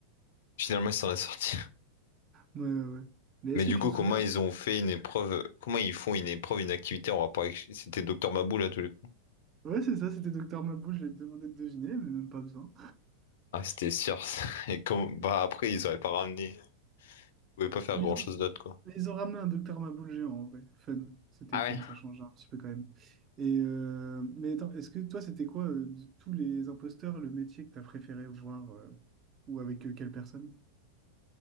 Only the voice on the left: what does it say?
Finalement, ils s'en est sorti. <laughs>
Mais du
coup,
comment
ils ont fait une épreuve? Comment ils font une épreuve, une activité en rapport avec... C'était Docteur Mabou là tous les coups.
Ah, c'était Circe. <laughs> Et comme bah après, ils auraient pas ramené. Ils pouvaient pas faire
grand-chose
d'autre quoi.
Ah
ouais.